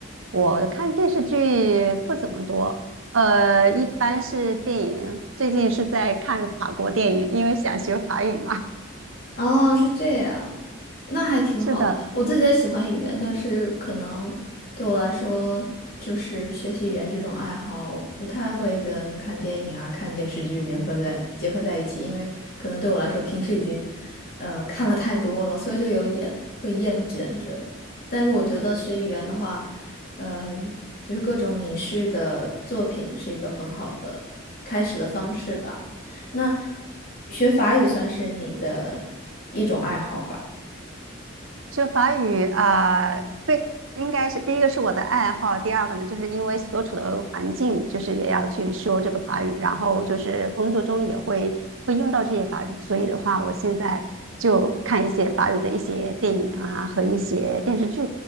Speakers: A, on the right; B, on the left.
A: 我看电视剧不怎么多，呃，一般是电影，最近是在看法国电影，因为想学法语嘛。<laughs>
B: 哦，是这样。那还挺好的。
A: 是的。
B: 我自己也喜欢语言，但是可能对我来说，就是学习语言这种爱好不太会跟看电影啊、看电视剧联合在结合在一起，因为可能对我来说平时已经呃看了太多了，所以就有一点会厌倦觉得。但是我觉得学语言的话，嗯、就是各种影视的作品是一个很好的开始的方式吧。那学法语算是你的一种爱好吧？
A: 就法语啊、呃对，应该是第一个是我的爱好，第二个呢，就是因为所处的环境，就是也要去说这个法语，然后就是工作中也会会用到这些法语，所以的话，我现在就看一些法语的一些电影啊和一些电视剧，